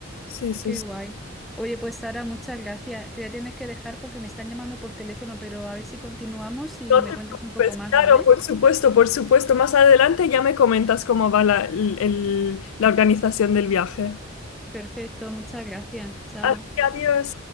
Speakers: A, on the left (about 90°); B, in the centre.
A: Sí, sí,
B: Qué
A: sí.
B: guay. Oye, pues Sara, muchas gracias. Te voy a tener que dejar porque me están llamando por teléfono, pero a ver si continuamos y
A: No
B: me
A: te
B: cuentas
A: preocupes,
B: un poco más,
A: claro,
B: ¿vale?
A: por supuesto, por supuesto. Más adelante ya me comentas cómo va la, el- el- la organización del viaje.
B: Perfecto, muchas gracias. Chao.
A: Así que adiós.